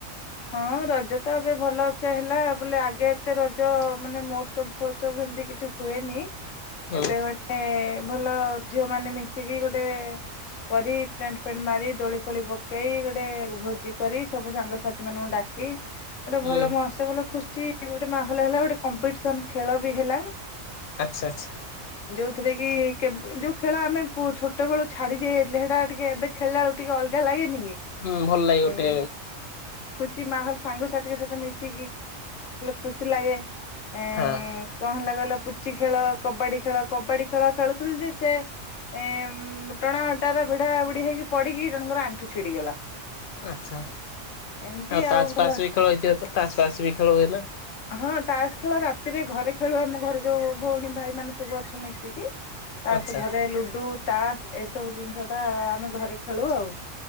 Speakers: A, on the left (about 70°); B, on the left (about 55°).
A: ହଁ ରଜ ତ ଏବେ ଭଲସେ ହେଲା ବୋଲେ ଆଗେ ଏତେ ରଜ ମାନେ ମୋଷ୍ଟ ବସବ ସେମତି କିଛି ହୁଏନି
B: ହୁଁ
A: ଏବେ ଗୋଟେ ଭଲ ଝିଅ ମାନେ ମିଶିକି ଗୋଟେ କରି ଟେଣ୍ଟ ଫେଣ୍ଟ ମାରି ଦୋଳି ଫୋଳି ପକେଇ ଗୋଟେ ଭୋଜି କରି ସବୁ ସାଙ୍ଗସଥି ମାନଙ୍କୁ ଡାକି ଗୋଟେ ଭଲ
B: ହୁଁ
A: ମହତ୍ସ୍ୟ ଭଲ ଖୁସିଛି ଗୋଟେ ମାହୋଲ ହେଲା ଗୋଟେ କମ୍ପିଟିସନ ଖେଳ ବି ହେଲା
B: ଆଚ୍ଛା ଆଚଛା
A: ଯୋଉଥିରେ କି କେବେ ଯୋଉ ଖେଳ ଆମେ ଛୋଟବେଳୁ ଛାଡି ଯାଇ ଯାଇଥିଲେ ସେଟା ଟିକେ ଏବେ ଖେଳାେକୁ ଟିକେ ଅଲଗା ଲାଗେନି କି
B: ହୁଁ ଭଲ ଲାଗେ ଗୋଟେ
A: ହଁ। ଖୁସି ମାହୋଲ ସାଙ୍ଗସାଥିଙ୍କ ସହିତ ମିଶିକି ବଲେ ଖୁସି ଲାଗେ ଏଁ
B: ହଁ
A: କଣ ହେଲା କହିଲ ପୁଚି ଖେଳ କବାଡି ଖେଳ କବାଡି ଖେଳ ଖେଳୁଥିଲୁ ଯେ ସେ ଏ ଟଣା ଅଟାର ଭିଡା ଭୁଢ ହେଇକି ପଡିକି ଜଣଙ୍କର ଆଣ୍ଠୁ ଛିଡିଗଲା
B: ଆଚ୍ଛା
A: ଏମିତି
B: ଆଉ ତାସ୍
A: ଭଲ
B: ପାସ୍ ବି ଖେଳ ହେଇଥିବ ତ ତାସ୍ ପାସ୍ ବି ଖେଳ ହୁଏ ନା?
A: ହଁ ତାସ ଖେଳ ରାତିରେ ଘରେ ଖେଳୁ ଆମ ଘରେ ଯୋଉ ଭଉଣୀ ଭାଇ ମାନେ ସବୁ ଅଛ ମିଶିକି। ତା
B: ଆଚ୍ଛା
A: ଘରେ ଲୁଡୁ ତାସ ଏସବୁ ଜିନିଷ ଟା ଆମେ ଘରେ ଖେଳୁ ଆଉ।